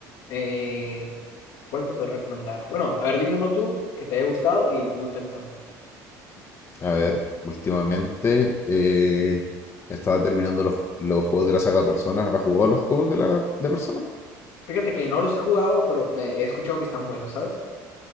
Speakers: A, on the left; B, on the left.
A: eh, ¿cuál te puedo recomendar? Bueno, a ver, dime uno tú que te haya gustado y voy pensando.
B: A ver, últimamente eh, estaba terminando los, los juegos de la saga Persona. ¿Has jugado los juegos de la de Persona?
A: Fíjate que no los he jugado, pero me he escuchado que están buenos, ¿sabes?